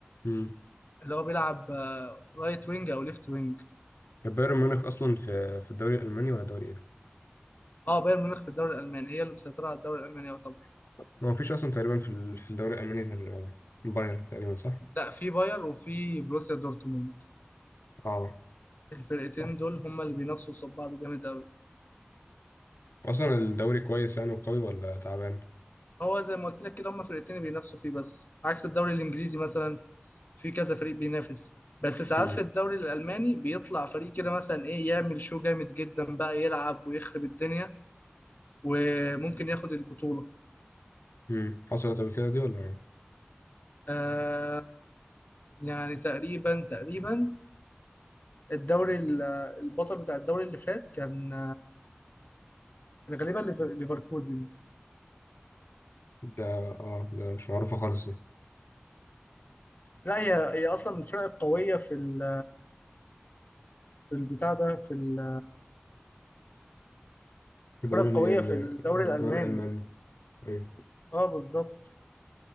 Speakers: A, on the left; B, on the left.
A: مم.
B: اللي هو بيلعب آه، رايت وينج او ليفت وينج
A: طب بايرن ميونخ اصلا في في الدوري الالماني ولا دوري ايه
B: اه بايرن ميونخ في الدوري الالماني هي اللي مسيطره على الدوري الالماني يعتبر
A: ما فيش اصلا تقريبا في ال- في الدوري الالماني غير آه، بايرن تقريبا صح
B: لا في باير وفي بروسيا دورتموند
A: اه
B: الفرقتين
A: صح
B: دول هما اللي بينافسوا قصاد بعض جامد قوي
A: اصلا الدوري كويس يعني وقوي ولا تعبان
B: هو زي ما قلت لك كده هما فرقتين اللي بينافسوا فيه بس عكس الدوري الانجليزي مثلا في كذا فريق بينافس بس ساعات
A: امم
B: في الدوري الالماني بيطلع فريق كده مثلا ايه يعمل شو جامد جدا بقى يلعب ويخرب الدنيا وممكن ياخد البطوله
A: امم حصلت قبل كده دي ولا إيه؟
B: آه يعني تقريبا تقريبا الدوري ال- البطل بتاع الدوري اللي فات كان كان غالبا ليف- ليفركوزن
A: ده اه ده مش معروفه خالص دي
B: لا هي هي اصلا من الفرق القويه في ال- في البتاع ده في ال-
A: الدوري
B: الفرق القويه
A: ال-
B: في
A: ال-
B: الدوري الالماني
A: الدوري الالماني ايوه
B: اه بالظبط